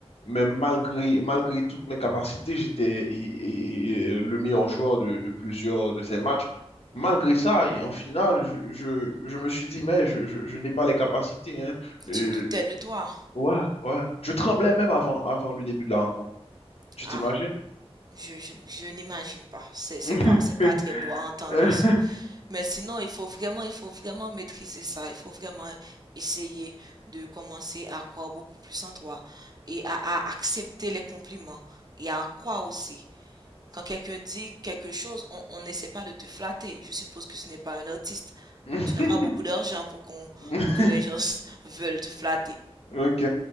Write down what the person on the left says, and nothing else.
Mais malgré, malgré toutes mes capacités, j'étais et- et- et le meilleur joueur de, de plusieurs de ces matchs. Malgré ça, et en finale, je, je, je me suis dit, mais je, je, je n'ai pas les capacités. hein. Euh,
ouais, ouais. Je tremblais même avant, avant le début de la rencontre. Tu
t'imagines?
<laughs>
Mhm,
mhm.
<laughs>
Ok,